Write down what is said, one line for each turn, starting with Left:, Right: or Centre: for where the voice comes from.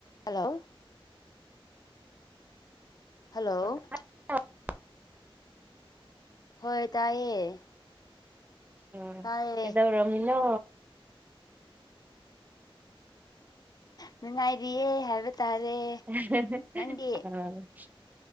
Left: hello hello
Right: <unintelligible>
Left: ꯍꯣꯏ ꯇꯥꯏꯌꯦ
Right: ꯎ
Left: ꯇꯥꯏꯌꯦ
Right: ꯀꯩꯗꯧꯔꯝꯃꯤꯅꯣ
Left: ꯅꯨꯡꯉꯥꯏꯔꯤꯌꯦ ꯍꯥꯏꯕ ꯇꯥꯔꯦ
Right: <unintelligible>
Left: ꯅꯪꯗꯤ